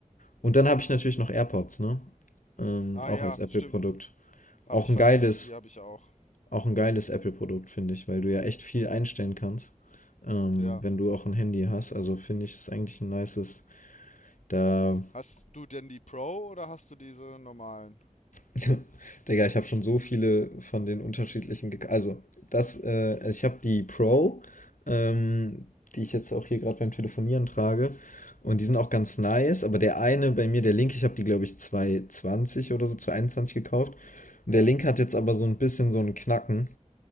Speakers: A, on the left (about 75°); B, on the left (about 60°).
A: Und dann habe ich natürlich noch AirPods, ne? Ähm,
B: Ah
A: auch
B: ja,
A: als Apple-Produkt.
B: stimmt. Habe
A: Auch
B: ich
A: ein
B: vergessen,
A: geiles,
B: die habe ich auch.
A: auch ein geiles Apple-Produkt, finde ich, weil du ja echt viel einstellen kannst, ähm,
B: Ja.
A: wenn du auch ein Handy hast. Also finde ich, ist eigentlich ein nices. Da
B: Hast du denn die Pro oder hast du diese normalen?
A: <laughs> Digga, ich habe schon so viele von den unterschiedlichen gek Also, das, äh, ich habe die Pro, ähm, die ich jetzt auch hier gerade beim Telefonieren trage. Und die sind auch ganz nice, aber der eine bei mir, der linke, ich habe die, glaube ich, 220 oder so, 221 gekauft. Und
B: Ja.
A: der linke hat jetzt aber so ein bisschen so einen Knacken.